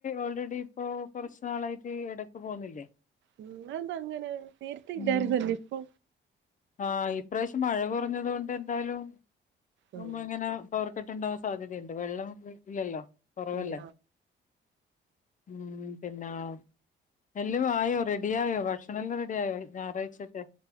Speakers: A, on the left (about 40°); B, on the right (about 70°).
A: ഓൾറെഡി ഇപ്പൊ കൊറച്ച് നാളായിട്ട് എടക്ക് പോന്നില്ലേ.
B: ഉം ന്നാന്താ അങ്ങനെ നേര്ത്തെ
A: ഉം
B: ഇല്ലായ്ര്ന്നല്ല ഇപ്പൊ.
A: ആഹ് ഇപ്രാവ്ശ്യം മഴ കൊർഞ്ഞതോണ്ട് എന്തായാലും മുംമ്പിങ്ങനെ.
B: ഉം,
A: പവർ കട്ട് ഇണ്ടാവാൻ സാധ്യതയുണ്ട് വെള്ളം ഇല്ലല്ലൊ കൊറവല്ലേ.
B: ഇല്ല
A: ഹ്മ് പിന്നാ എല്ലു ആയോ റെഡി ആയോ ഭക്ഷണെല്ലാ റെഡിയായോ ഞാറാഴ്ചത്തെ.